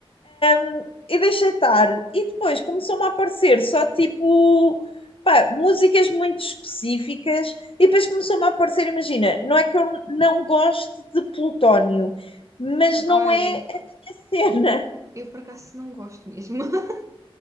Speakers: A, on the left (about 65°); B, on the right (about 30°).
A: Um, e deixei estar. E depois começou-me a aparecer só tipo. Pá, músicas muito específicas, e depois começou-me a aparecer. Imagina, não é que eu não goste de Plutónio, mas não
B: Ai,
A: é a minha <laughs> cena.
B: eu por acaso não gosto mesmo. <laughs>